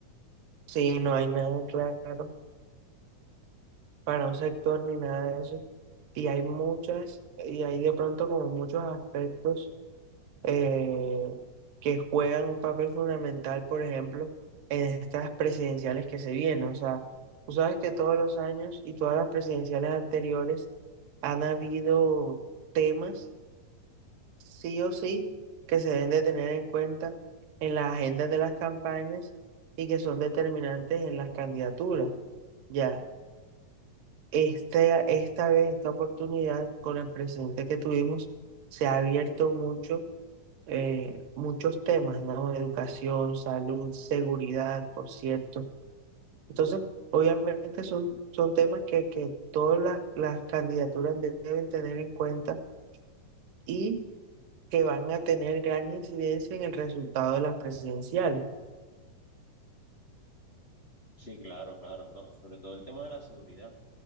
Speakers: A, on the right; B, on the left.
A: Sí, no hay nada claro para un sector ni nada de eso. Y hay muchas, y hay de pronto como muchos aspectos eh, que juegan un papel fundamental, por ejemplo, en estas presidenciales que se vienen. O sea, tú sabes que todos los años y todas las presidenciales anteriores han habido temas, sí o sí, que se deben de tener en cuenta en las agendas de las campañas y que son determinantes en las candidaturas. Ya, este, esta vez, esta oportunidad con el presidente que tuvimos, se ha abierto mucho eh, muchos temas, ¿no? Educación, salud, seguridad, por cierto. Entonces, obviamente son, son temas que, que todas las, las candidaturas de- deben tener en cuenta y que van a tener gran incidencia en el resultado de las presidenciales.
B: Sí, claro, claro, no, sobre todo el tema de la seguridad,